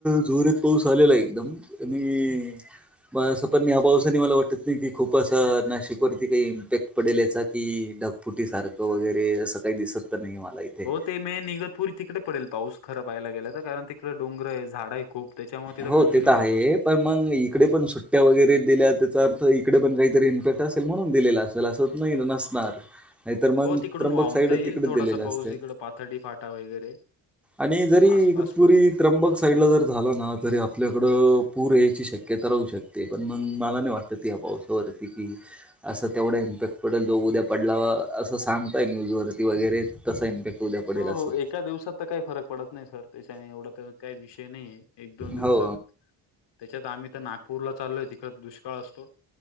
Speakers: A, in the centre; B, on the left (about 70°).
A: जोरत पाऊस आलेला एकदम आणि प अस पण मी या पावसानी मला वाटत नाही की खूप असं नाशिकवरती काही इम्पॅक्ट पडेल याचा कि ढगफुटी सारखं वगैरे असं काही दिसत त नाही हे मला इथे
B: ते मे निगतपूर तिकड पडेल पाऊस खरा पाहाला गेल तर कारण तिकडे डोंगर ये झाडं हे खूप त्याच्यामुळे तिथं
A: हो
B: कंटिन्यू
A: ते तर
B: पाऊस
A: आहे
B: असतो.
A: पण मग इकडे पण सुट्टया वगैरे दिल्या तेचा अर्थ इकडे पण काहीतरी इम्पॅक्ट असेल म्हणून दिलेला असल असं नाही ना नसणार नाहीतर मग
B: हो तिकडून
A: त्र्यंबक
B: वाहून
A: साईड
B: त येईल
A: तिकडेच
B: थोडासा
A: दिलेले असते.
B: पाऊस इकड पाथडी फाटा वगैरे
A: आणि जरी
B: आसपास
A: तुरी
B: पडेल
A: त्र्यंबक साईडला जर झालं ना तरी आपल्याकडं पूर यायची शक्यता राहू शकते पण मग मला नाही वाट त या पावसावरती की असं तेवढा इम्पॅक्ट पडेल जो उद्या पडला असं सांगतय न्यूज वरती वगैरे तसं इम्पॅक्ट उद्या पडेल
B: हो
A: असं
B: हो एका दिवसात तर काही फरक पडत नाही सर. तेच्याने एवढा का काही विषय नाहीहे एक दोन दिवसात
A: हो
B: त्याच्यात आम्ही तर नागपूरला चालोय तिकडे दुष्काळ असतो.